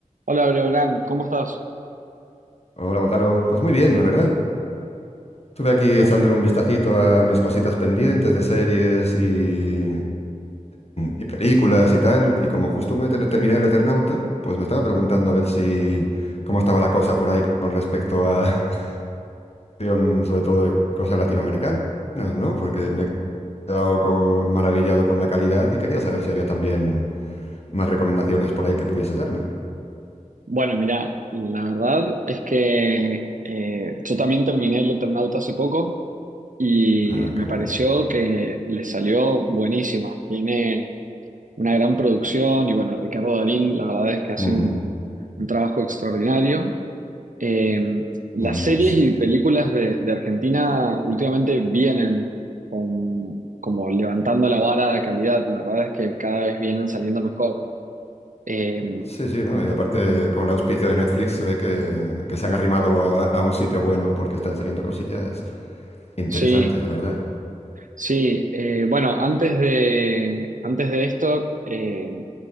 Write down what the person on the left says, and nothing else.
Hola Gonzalo, pues muy bien, la verdad. Estuve aquí
echándole un vistacito a mis cositas pendientes de series y, y películas y tal, y como justo me ter- terminé el Eternauta, pues me estaba preguntando a ver si cómo estaba la cosa por ahí con respecto a <laughs> sobre todo de cosas latinoamericanas, ¿no? Porque me he quedado con- maravillado con la calidad y quería saber si había también más recomendaciones por ahí que pudiese darme.
Ah,
qué bueno.
Mm,
mm,
Sí, sí, ¿no? Y aparte, con el auspicio de Netflix se ve que, que se han arrimado a, a un sitio bueno porque están saliendo cosillas interesantes,
la verdad.